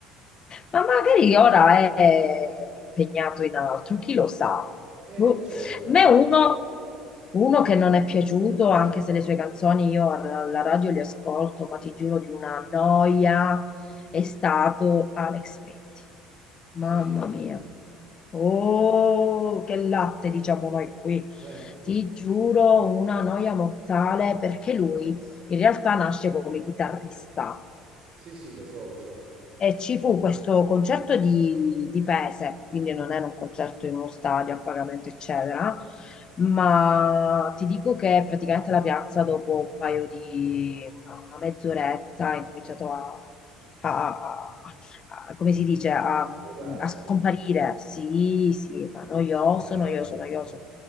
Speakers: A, on the left (about 40°); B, on the right (about 45°).
A: Ma magari ora è impegnato in altro, chi lo sa.
B: Eh,
A: Boh.
B: non lo so, lo sai.
A: A me uno, uno che non è piaciuto, anche se le sue canzoni io a- alla radio le ascolto, ma ti giuro di una noia, è stato Alex Britti. Mamma
B: Sì?
A: mia. Oh, che latte, diciamo noi qui.
B: Eh,
A: Ti giuro, una noia mortale perché lui in realtà nasce come chitarrista.
B: sì, sì, lo so, lo so.
A: E ci fu questo concerto di, di Pese, quindi non era un concerto in uno stadio a pagamento, eccetera, ma ti dico che praticamente la piazza dopo un paio di una mezz'oretta ha incominciato a, a- a- a- come si dice, a,
B: Svuotarsi?
A: a scomparire. Sì, sì, ma noioso,
B: Eh,
A: noioso, noioso.